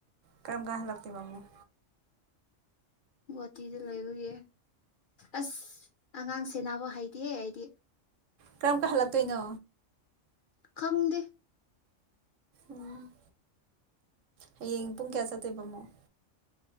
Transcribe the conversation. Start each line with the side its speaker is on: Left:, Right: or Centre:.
Right: ꯀꯔꯝꯀꯥꯟ ꯍꯟꯂꯛ ꯇꯣꯢꯕ ꯑꯃꯨꯛ
Left: ꯒꯨꯍꯥꯇꯤꯗ ꯂꯩꯕꯒꯤ ꯑꯁ ꯑꯉꯥꯡ ꯁꯦꯅꯕ ꯍꯩꯇꯦ ꯑꯩꯗꯤ
Right: ꯀꯔꯝ ꯀꯟ ꯍꯜꯂꯛ ꯇꯣꯏꯅꯣ
Left: ꯈꯪꯗꯦ
Right: ꯎꯝ ꯍꯌꯦꯡ ꯄꯨꯡ ꯀꯌꯥ ꯆꯠꯇꯣꯏꯕ ꯑꯃꯨꯛ